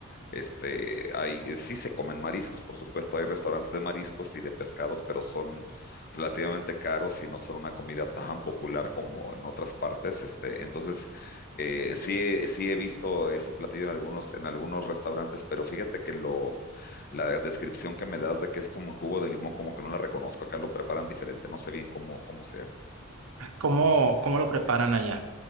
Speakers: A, on the left (about 45°); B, on the right (about 80°).
A: este, hay, eh, sí se comen mariscos, por supuesto, hay restaurantes de mariscos y de pescados, pero son relativamente caros y no son una comida tan popular como en otras partes. Este, entonces, eh, sí, he- sí he visto ese platillo en algunos, en algunos restaurantes, pero fíjate que lo, la descripción que me das de que es como un jugo de limón, como que no la reconozco, acá lo preparan diferente, no sé bien cómo, cómo se
B: ¿Cómo, cómo lo preparan allá?